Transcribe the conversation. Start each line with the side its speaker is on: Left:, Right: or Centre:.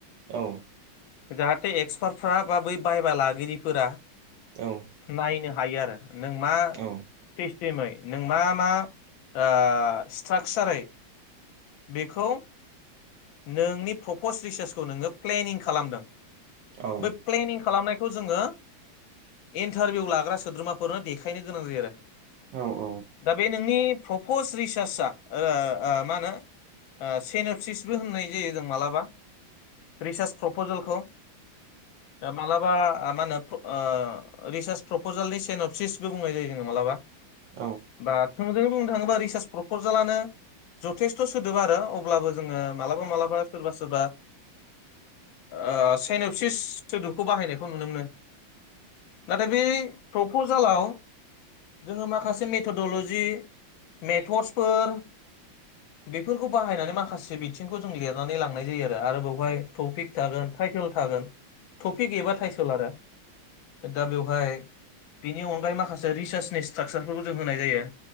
Right: औ
Left: जाहाथे एक्सपार्टफ्रा बा बै बयबा लागिरिफोरा
Right: औ
Left: नायनो हायो आरो नों मा
Right: औ
Left: सिमै नों मा मा ओ स्ट्राकचारै बेखौ नोंनि प्रपस रिसार्चखौ नोङो प्लेनिं खालामदों बे
Right: औ
Left: प्लेनिं खालामनाय खौ जोङो इन्टारभिउ लाग्रा सोद्रोमाफोरनो देखायनो गोनां जायो आरो
Right: औ औ
Left: दा बे नोंनि प्रपस रिसार्चआ ओ ओ मा ओ होनो सेनपसिसबो होननाय जायो। जों मालाबा रिसार्च प्रपेलखौ मालाबा ओ मा होनो ओ रिसार्च प्रपजेलनि सेन अफसिसबो बुंनाय जायो जोङो मालाबा
Right: औ
Left: बा जों बुंनो थाङोब्ला रिसार्च प्रपजालानो जथेस्थ' सोदोब आरो अब्लाबो जोङो मालाबा मालाबा सोरबा सोरबा ओ सेनपसिस सोदोबखौ बाहायनायखौ नुनो मोनो नाथाय बे प्रपजालाव जोङो माखासे मेथडलजि मेथडसफोर बेफोरखौ बाहायनानै माखासे बिथिंखौ जों लिरनानै लांनाय जायो आरो बावहाय टपिक थागोन टाइटेल थागोन टफि एबा टाइटेल आरो दा बेवहाय बेनि अनगायै माखासे रिसार्चनि स्ट्राकसारफोरखौ जों होनाय जायो।